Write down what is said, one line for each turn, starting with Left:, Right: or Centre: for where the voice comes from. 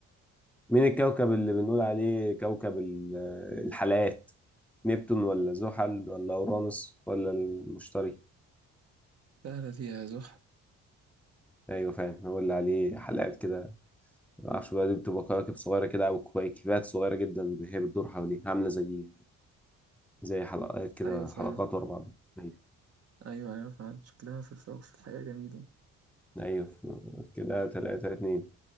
Centre: مين الكوكب اللي بنقول عليه كوكب ال- الحلقات نبتون ولا زحل ولا اورانوس ولا المشتري
Right: سهلة دي يا زحل
Centre: ايوه فعلا هو اللي عليه حلقات كده معرفش بقى دي بتبقى كواكب صغيره كده او كويكبات صغيره جدا هي بتدور حواليه عامله زي زي حلقات كده
Right: أيوة فعلا
Centre: حلقات ورا بعض ايوه
Right: أيوة أيوة فعلا شكلها في الفوق في الحقيقة جميل يعني
Centre: ايوه كده تلاتة اتنين